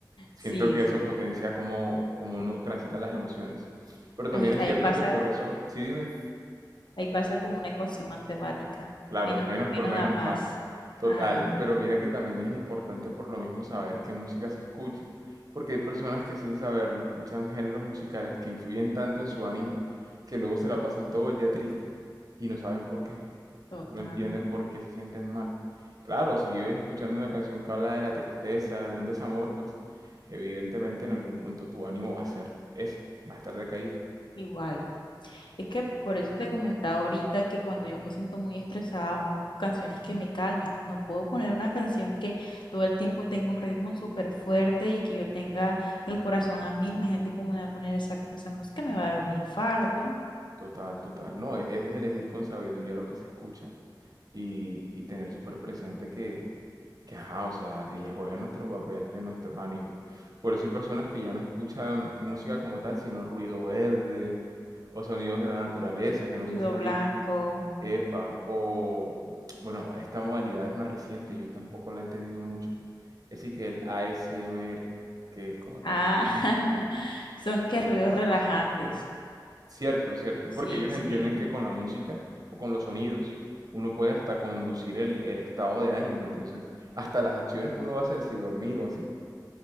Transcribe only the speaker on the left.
Sí,
sí.
Ahí,
ahí
pasa.
Ahí pasa como una ecuación matemática.
Menos
por menos
da más.
Ajá,
total.
Igual. Es que por eso te comentaba ahorita que cuando yo me siento muy estresada, busco canciones que me calmen. No puedo poner una canción que todo el tiempo tenga un ritmo súper fuerte y que yo tenga el corazón a mil. Imagínate cómo me va a poner esa, esa música, me va a dar un infarto.
Ruido
blanco.
Ah, <laughs> son que ruidos relajantes.
Sí,
sí.